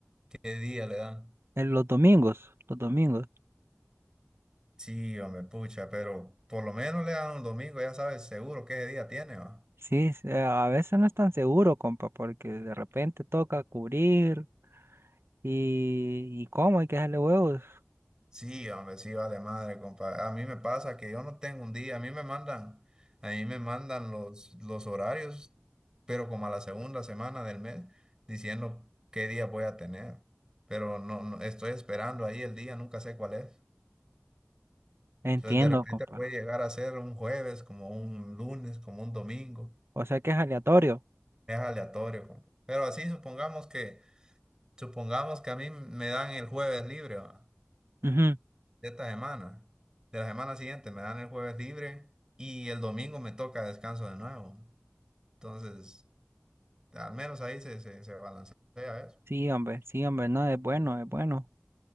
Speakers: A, on the right; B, on the right.
A: ¿Qué día le dan?
B: En los domingos, los domingos.
A: Sí, hombre, pucha, pero por lo menos le dan un domingo, ya sabes seguro qué día tiene, va.
B: Sí, s- eh, a veces no es tan seguro, compa, porque de repente toca cubrir y, y cómo hay que dejarle huevos.
A: Sí, hombre, sí, vale madre, compadre. A mí me pasa que yo no tengo un día, a mí me mandan, a mí me mandan los, los horarios, pero como a la segunda semana del mes, diciendo qué día voy a tener. Pero no, no, estoy esperando ahí el día, nunca sé cuál es.
B: Entiendo,
A: Entonces de repente
B: compa.
A: puede llegar a ser un jueves, como un lunes, como un domingo.
B: O sea que es aleatorio.
A: Es aleatorio, compa. Pero así supongamos que, supongamos que a mí me dan el jueves libre, ¿va?
B: Ujú.
A: de esta semana. De la semana siguiente me dan el jueves libre y el domingo me toca descanso de nuevo. Entonces, al menos ahí se, se, se balancea eso.
B: Sí, hombre, sí, hombre, no, es bueno, es bueno.